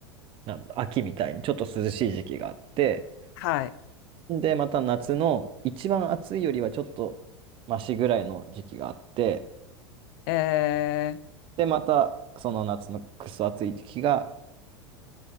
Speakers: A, on the right; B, on the left.
A: なん秋みたいにちょっと涼しい時期があって、
B: はい。
A: で、また夏の一番暑いよりはちょっとマシぐらいの時期があって、
B: えー
A: で、またその夏のクソ暑い時期が